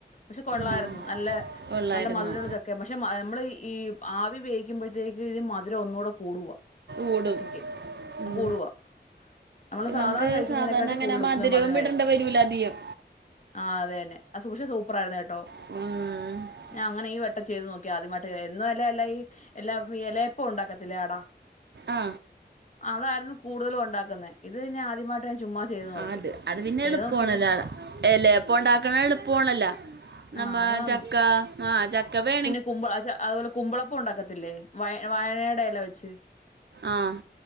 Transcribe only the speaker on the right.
ആ
കൊള്ളായിരുന്നു
ഊടും
ഉം.
നമുക്ക്
സാധാരണ അങ്ങനെ
മധുരവും
ഇടേണ്ട വരൂല അധികം
മ്മ്
ആ
ആഹ് അത് അത് പിന്നെ
എളുപ്പമാണല്ലോ
എല അപ്പം ഉണ്ടാക്ണ എളുപ്പവാണല്ലേ നമ്മ
ചക്ക ആഹ് ചക്ക വേ
ആഹ്